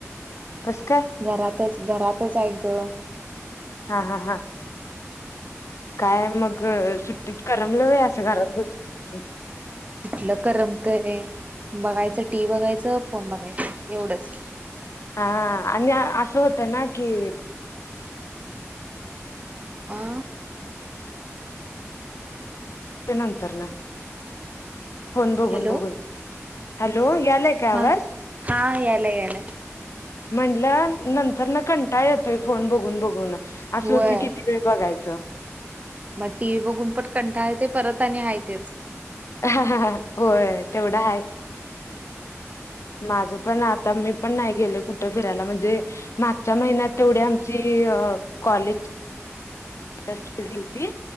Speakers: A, on the left; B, on the right.
A: कस काय
B: घरातच घरातच आहे ग
A: हा हा हा काय मग सुट्टीत करमलवय अस घरात बसुन
B: कुठल करमतय बघायच टी व्ही बघायच फोन बघायच एवढच
A: हा आणि अस होत ना कि
B: आह
A: नंतर ना फोन बघुन
B: हॅलो
A: बघुन हॅलो यालाय का
B: हा
A: आवाज
B: हा याला याला
A: म्हटलं नंतरन कंटाळा येतोय फोन बघुन बघुन, अस
B: होय
A: होतय किती वेळ बघायच चा.
B: मग टी व्ही बघुन पण कंटाळा येते, परत आणि हाय तेच.
A: होय तेवढं‌ हाय. माझं पण आता मी पण नाही गेले कुठं फिरायला म्हणजे मागच्या महिन्यात तेवढी आमची ते अ कॉलेज <unintelligible> गेलती